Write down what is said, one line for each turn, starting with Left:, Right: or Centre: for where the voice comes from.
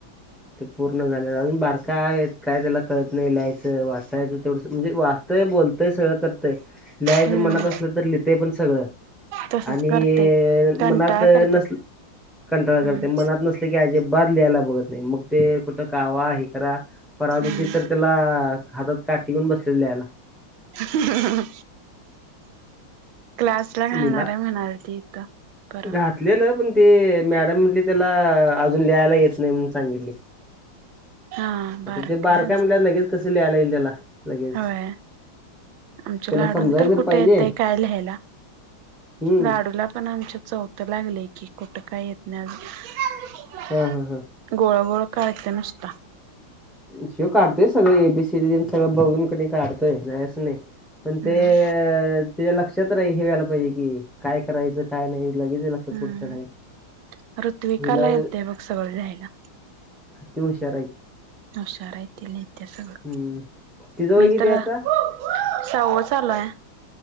Centre: ते पूर्ण झालेल अजून बार काये काय त्याला कळत नाही, लिहायचं- वाचायचं तेवढ. म्हणजे वाचतंय बोलतंय सगळं करतंय. लिहायचं
Right: हम्म
Centre: मनात असलं तर लिहितय पण सगळं.
Right: तसच
Centre: आणि
Right: करते.
Centre: अ
Right: कंटाळा
Centre: मनात
Right: करतात
Centre: नसल कंटाळ करते
Right: हम्म
Centre: मनात नसल ते की अजिबात लिहायला बघत नाही. म ते कुठ कावा हे करा. परवा
Right: हम्म.
Centre: दिशी तर ला हातात काटी घेऊन बसलेली लिहायला.
Right: हं. क्लास ला घालणार
Centre: लिहिला
Right: आहे म्हणाल ती इथं. परवा
Centre: घातलेलं पण ते मॅडम म्हटले त्याला अजून लियला येत नाही म्हण सांगितले.
Right: हा बारका
Centre: आता ते बारकाय
Right: आहे अजून.
Centre: म्हटल्या लगेच कसं लियला येईल त्याला? लगेच
Right: होय. आमच्याला
Centre: त्याला
Right: लाडूला
Centre: समजाय
Right: तर
Centre: जर
Right: कुठे
Centre: पाहिजे
Right: येतंय काय लिहायला?
Centre: हम्म
Right: लाडूला पण आमच्या चौथ लागलय की, कुठं काय येत नाही अजून.
Centre: हं हं हं.
Right: गोळा गोळा काढतय नुसता.
Centre: अं ह्यो काढतोय सगळे ए बी सी डी ते तेन सगळं बघून कनि काढतोय. नाही असं नाही. पण
Right: हम्म
Centre: ते त्याच्या लक्षात राही हे व्यायला पाहिजे की, काय करायचं काय नाही. लगेच हिल त्याच्या
Right: हम्म.
Centre: पुढच राहील
Right: ऋत्विकाला
Centre: हिला
Right: येतय बघ सगळं लिहायला
Centre: ती हुशार आहे की.
Right: हुशार हाय ती लिहित्या सगळ.
Centre: हम्म तिचं वय
Right: मी
Centre: किती
Right: तर
Centre: आहे आता
Right: सहावं चालूय.